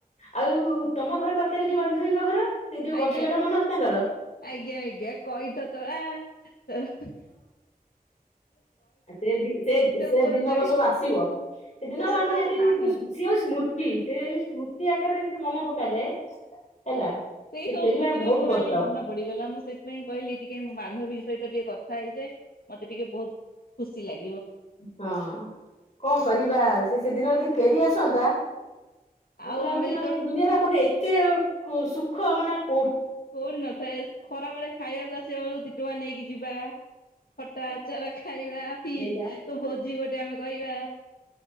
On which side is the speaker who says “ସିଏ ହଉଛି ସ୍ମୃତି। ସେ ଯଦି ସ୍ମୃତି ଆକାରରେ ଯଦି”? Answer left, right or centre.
Left